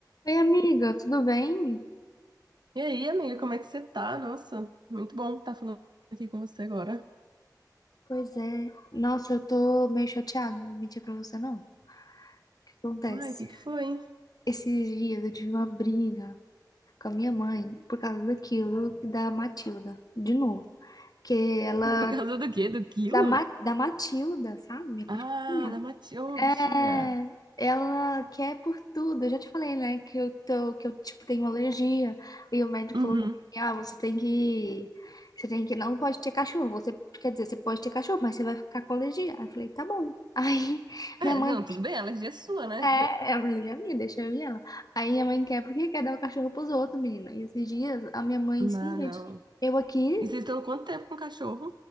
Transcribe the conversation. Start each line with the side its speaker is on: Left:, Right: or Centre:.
Left: Oi, amiga, tudo bem?
Right: E aí, amiga, como é que você tá? Nossa, muito bom estar falando aqui com você agora.
Left: Pois é. Nossa, eu tô meio chateada, não vou mentir pra você, não. O que acontece?
Right: Ai, o que que foi, hein?
Left: Esses dias eu tive uma briga com a minha mãe por causa daquilo da Matilda, de novo. Que ela,
Right: Por causa do quê? Do quilo?
Left: da, Ma, da Matilda, sabe? Minha cachorrinha,
Right: Ah, da Mati... Ô,
Left: É,
Right: bichinha.
Left: ela quer por tudo. Eu já te falei, né, que eu tô, que eu tipo tenho alergia. E o médico
Right: Uhum.
Left: falou assim, ah, você tem que, você tem que, não pode ter cachorro. Você, quer dizer, você pode ter cachorro, mas você vai ficar com alergia. Aí eu falei, tá bom. <laughs> Aí
Right: É,
Left: minha mãe
Right: não, tudo bem, alergia é sua, né?
Left: quer, é alergia minha, deixa eu ir ela. Aí minha mãe quer porque quer dar o cachorro pros outros, menina. E esses dias a minha mãe
Right: Não,
Left: simplesmente,
Right: não.
Left: eu aqui,
Right: E vocês estão há quanto tempo com o cachorro?